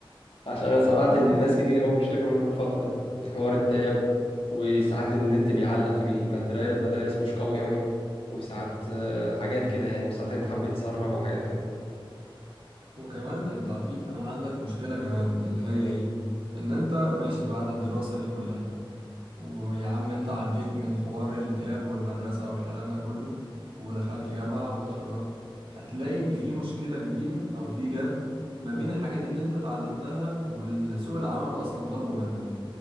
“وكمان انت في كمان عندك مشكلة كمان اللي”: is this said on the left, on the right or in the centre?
Right